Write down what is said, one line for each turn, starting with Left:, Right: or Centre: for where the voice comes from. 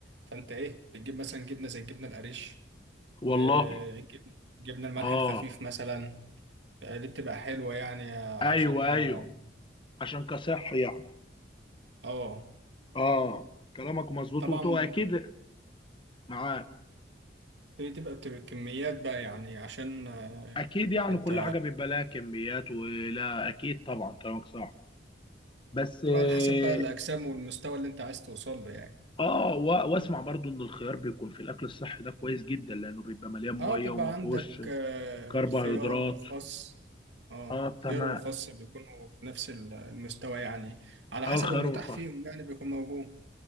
Right: فانت ايه بتجيب مثلا جبنة زي الجبنة القريش
Left: والله
Right: آه، جب- جبنة الملح
Left: اه
Right: الخفيف مثلا آه، دي بتبقى حلوة يعني آه،
Left: ايوه
Right: عشان اه
Left: ايوه عشان كصح يعني
Right: آه،
Left: اه كلامك مظبوط
Right: طبعا
Left: وبتبقى اكيد معاك
Right: دي تبقى بتبقى كميات بقى يعني عشان آه،
Left: اكيد يعني
Right: انت
Left: كل حاجة بيبقى لها كميات ولا اكيد طبعا كلامك صح بس
Right: تبقى
Left: اه
Right: على حسب بقى الأجسام والمستوى اللي انت عايز توصل له يعني
Left: آه، و- واسمع برضو ان الخيار بيكون في الاكل الصحي ده كويس جدا لانه بيبقى مليان
Right: اه
Left: ميه
Right: بيبقى
Left: وما
Right: عندك
Left: فيهوش
Right: آه،
Left: كربوهيدرات
Right: الخيار والخس اه
Left: اه
Right: الخيار
Left: تمام
Right: والخس بيكونوا في نفس المستوى يعني على
Left: اه
Right: حسب
Left: الخيار
Right: المتاح
Left: والخس
Right: فيهم يعني بيكون موجود